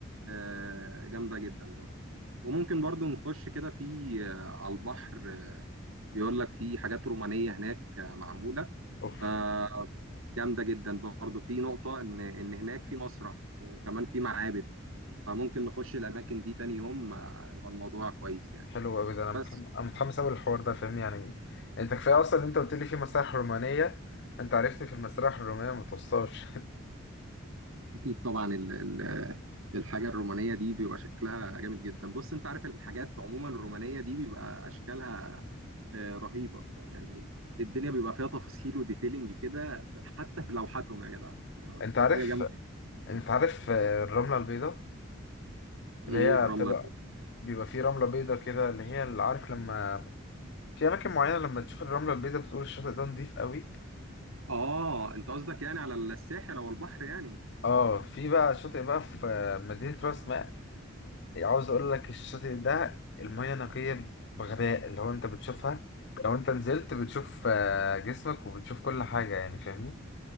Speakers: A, on the right; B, on the left.
A: آه، جامدة جدا برضو وممكن برضو نخش كده في آه، على البحر آه، بيقول لك في حاجات رومانية هناك آه، معمولة
B: اوف
A: فجامده جدا برضو في نقطه ان ان هناك في مسرح وكمان في معابد فممكن نخش الاماكن دي تاني يوم آه، يبقى الموضوع كويس يعني
B: حلو قوي ده انا
A: بس
B: متحمس انا متحمس قوي للحوار ده فاهمني يعني انت كفايه اصلا ان انت قلت لي في مسارح رومانيه انت عرفتني في المسارح الرومانيه ما توصلش
A: اكيد طبعا ال- ال- الحاجه الرومانيه دي بيبقى شكلها جامد جدا بص انت عارف الحاجات عموما الرومانيه دي بيبقى اشكالها آه، رهيبه فيعني الدنيا بيبقى فيها تفاصيل وديتيلنج كده حتى في لوحاتهم يا جدع
B: <laughs>
A: لو-
B: انت عارف
A: حاجه جامده
B: انت عارف آه، الرمله البيضاء
A: ايه
B: اللي هي
A: الرمله
B: بتبقى
A: دي
B: بيبقى في رمله بيضاء كده اللي هي اللي عارف لما في اماكن معينه لما تشوف الرمله البيضاء بتقول الشاطئ ده نضيف قوي
A: اه انت قصدك يعني على الساحل او البحر يعني
B: اه في بقى شاطئ بقى في آه، مدينه راس ماء عاوز اقول لك الشاطئ ده المية نقية بغباء اللي هو انت بتشوفها لو انت نزلت بتشوف آه، جسمك وبتشوف كل حاجة يعني فاهمني